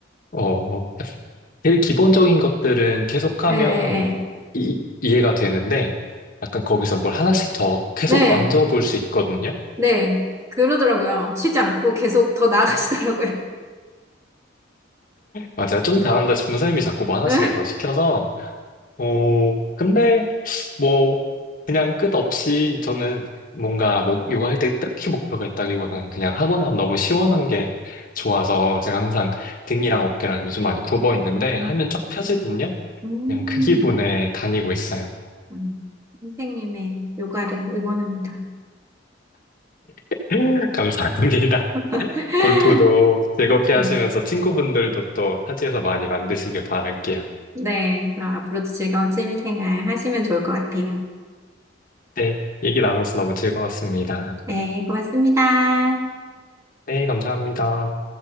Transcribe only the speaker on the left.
어 제일 기본적인 것들은 계속하면
이, 이해가 되는데 약간 거기서 뭘 하나씩 더 계속
얹어 볼 수 있거든요.
맞아. 요 좀 잘한다 싶은 선생님이 자꾸 뭐 하나씩을
더 시켜서, 어, 근데, 뭐, 그냥 끝없이 저는 뭔가 뭐 요가할 때 딱히 목표가 있다기보다는 그냥 하고 나면 너무 시원한 게 좋아서 제가 항상 등이랑 어깨랑 좀 많이 굽어 있는데
하면 쫙 펴지거든요?
그냥 그 기분에 다니고 있어요.
<laughs> 감사합니다.
골프도 즐겁게 하시면서
친구분들도 또 타지에서 많이 만드시길 바랄게요.
네, 얘기 나눠서 너무 즐거웠습니다.
네, 감사합니다.